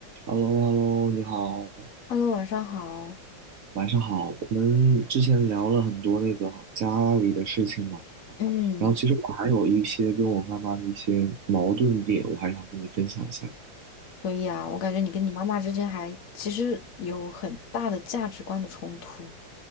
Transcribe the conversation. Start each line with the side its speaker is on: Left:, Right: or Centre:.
Right: h e l l o h e l l o 你好，
Left: Hello，晚上好。
Right: 晚上好。我们之前聊了很多那个家里的事情嘛，
Left: 嗯，
Right: 然后其实我还有一些跟我妈妈的一些矛盾点，我还想跟你分享一下。
Left: 可以啊。我感觉你跟你妈妈之间还其实有很大的价值观的冲突。